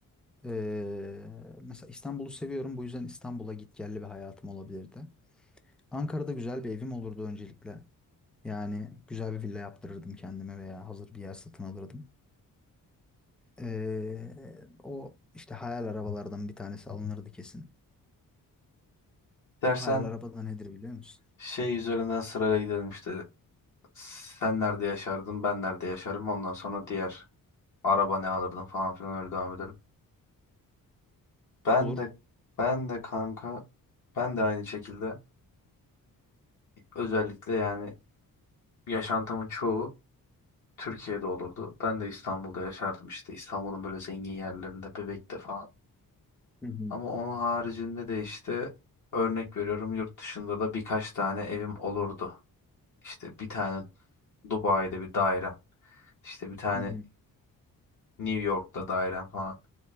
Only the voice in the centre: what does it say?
eee, mesela İstanbul'u seviyorum. Bu yüzden İstanbul'a gitgelli bir hayatım olabilirdi. Ankara'da güzel bir evim olurdu öncelikle. Yani güzel bir villa yaptırırdım kendime veya hazır bir yer satın alırdım. Eee, o işte hayal arabalardan bir tanesi alınırdı kesin.
Hayal araba da nedir biliyor musun?
Olur.
Hı hı.
Hı hı.